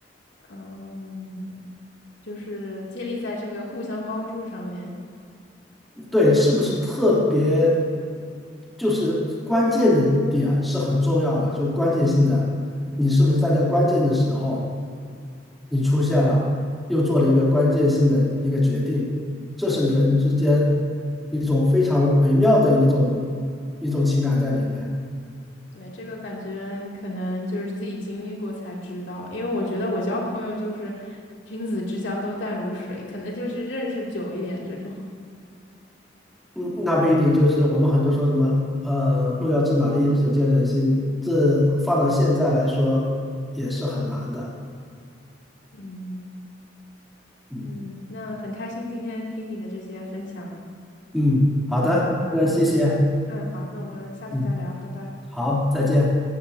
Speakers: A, on the left; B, in the centre.
A: 嗯，就是建立在这个互相帮助上面。
B: 对，是不是特别，就是关键的点是很重要的，就关键性的，你是不是在这个关键的时候，你出现了，又做了一个关键性的一个决定，
A: 嗯。
B: 这是人之间一种非常微妙的一种一种情感在里面。
A: 对，这个感觉可能就是自己经历过才知道，因为我觉得我交朋友就是君子之交都淡如水，可能就是认识久一点这种
B: 嗯，那不一定，就是我们很多说什么，呃，路遥知马力，日久见人心，这放到现在来说也是很难的。
A: <laughs>。嗯，
B: 嗯
A: 嗯，那很开心今天听你的这些分享。
B: 嗯，好的，
A: 嗯，好的，
B: 那谢谢。
A: 嗯，好，那我们下次再聊，
B: 嗯，
A: 拜拜。
B: 好，再见。